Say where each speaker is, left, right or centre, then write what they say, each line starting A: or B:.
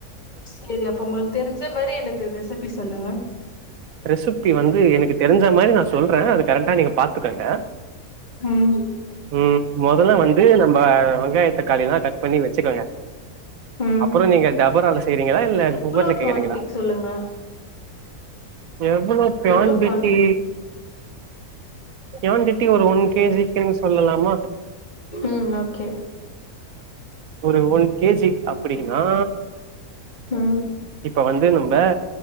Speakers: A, on the left (about 30°); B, on the right (about 70°).
A: செரி அப்ப உங்களுக்கு தெரிஞ்ச மரி எனக்கு ரெசிபி சொல்லுங்க
B: ரெசிப்பி வந்து எனக்கு தெரிஞ்சா மாரி நா சொல்ற அது கரெக்டா நீங்க பாத்துக்கோங்க
A: ம்
B: ம் மொதல்ல வந்து நம்ப வெங்காய தக்காளில்லா கட் பண்ணி வெச்சிக்கோங்க
A: ம்
B: அப்புற நீங்க டபரால செய்றீங்களா இல்ல
A: எவ்ளோ
B: குக்கர்ல கேக்குறீங்களா
A: குவான்டிட்டிக்கு சொல்லுங்க
B: எவ்ளோ குவாண்டிட்டி
A: எவ்ளோ குவான்டிட்டி
B: குவெண்டிட்டி ஒரு ஒன் கேஜிக்கின்னு சொல்லலாமா
A: ம் ஓகே
B: ஒரு ஒன் கேஜி அப்டின்னா
A: ம்
B: இப்ப வந்து நம்ப